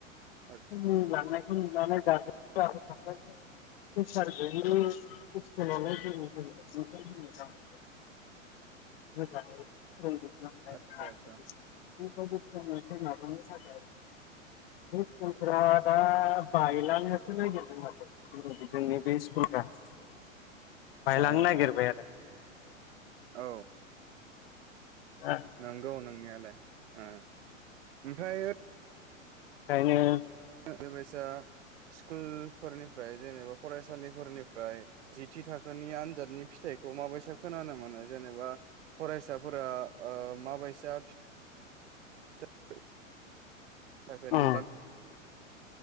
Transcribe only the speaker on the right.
आतसा
आतसा आतसा
अ
अ
औ
नंगौ नोंनिया ले ओ ओमफाय
बेबायसा स्कुलफोरनिफ्राय जेनेबा फरायसालिफोरनिफ्राय जिथि थाखोनि आनजादनि फिथाइखौ माबायसा खोनानो मोनो जेनेबा फरायसाफोरा ओ माबायसा फिथाइ थाखोनि